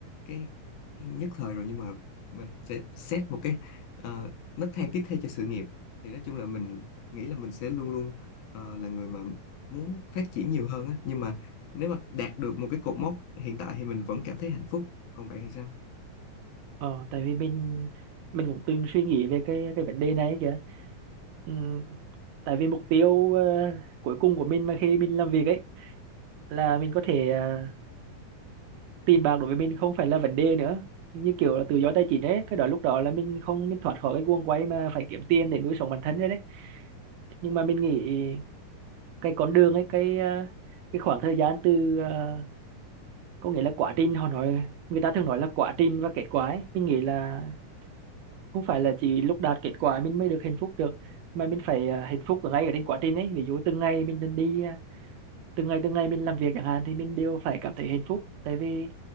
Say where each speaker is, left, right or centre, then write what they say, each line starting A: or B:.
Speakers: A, on the left; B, on the right.
A: cái nhất thời rồi nhưng mà mình sẽ xét một cái ờ, nấc thang tiếp theo cho sự nghiệp thì nói chung là mình nghĩ là mình sẽ luôn luôn ờ, là người mà muốn phát triển nhiều hơn á nhưng mà nếu mà đạt được một cái cột mốc hiện tại thì mình vẫn cảm thấy hạnh phúc còn bạn thì sao
B: Ờ, tại vì mình mình cũng từng suy nghĩ về cái cái vấn đề này ấy kìa. Ừ. Tại vì mục tiêu ờ, cuối cùng của mình mà khi mình làm việc ấy là mình có thể ờ, tiền bạc đối với mình không phải là vấn đề nữa như kiểu là tự do tài chính ấy cái đó lúc đó là mình không mình thoát khỏi cái guồng quay mà phải kiếm tiền để nuôi sống bản thân rồi đấy nhưng mà mình nghĩ cái con đường ấy cái ờ, cái khoảng thời gian từ ờ, có nghĩa là quá trình họ nói người ta thường nói là quá trình và kết quả ấy. mình nghĩ là không phải là chỉ lúc đạt kết quả mình mới được hạnh phúc được mà mình phải ờ, hạnh phúc ở ngay ở trên quá trình ấy ví dụ từng ngày mình đi đi ờ, từng ngày từng ngày mình làm việc chẳng hạn thì mình đều phải cảm thấy hạnh phúc tại vì